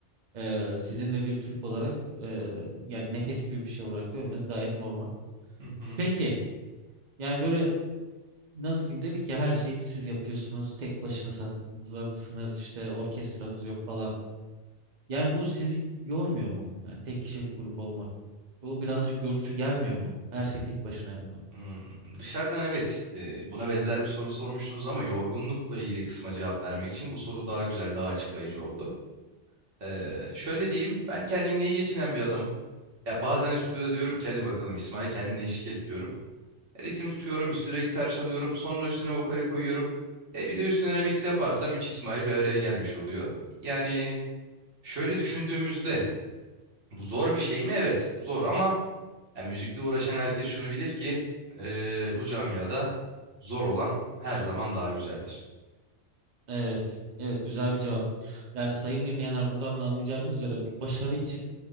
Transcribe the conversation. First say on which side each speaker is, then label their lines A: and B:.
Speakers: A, on the right; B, on the right.
A: E, sizin de bir Türk olarak e, yani nefes gibi bir şey olarak görmeniz gayet normal.
B: Hı hı.
A: Peki Yani böyle nasıl diyeyim dedik ya her şeyi siz yapıyorsunuz. Tek başınızsınız işte orkestranız yok falan. Yani bu sizi yormuyor mu? Yani tek kişilik grup olmak. Bu birazcık yorucu gelmiyor mu? Her şeyi tek başına yapmak.
B: Hmm, dışarıdan evet, e, buna benzer bir soru sormuştunuz ama yorgunlukla ilgili kısma cevap vermek için bu soru daha güzel, daha açıklayıcı oldu. Ee, şöyle diyeyim, ben kendimle iyi geçinen bir adamım. Ya bazen stüdyoda diyorum ki hadi bakalım İsmail kendine eşlik et diyorum. Ritim tutuyorum, üstüne gitar çalıyorum, sonra üstüne vokali koyuyorum. E bir de üstüne remix yaparsam 3 İsmail bir araya gelmiş oluyor. Yani Şöyle düşündüğümüzde bu zor bir şey mi? Evet, zor ama yani müzikle uğraşan herkes şunu bilir ki eee, bu camiada zor olan her zaman daha güzeldir.
A: Evet. Evet güzel bir cevap. Yani sayın dinleyenler buradan da anlayacağınız üzere bir başarı için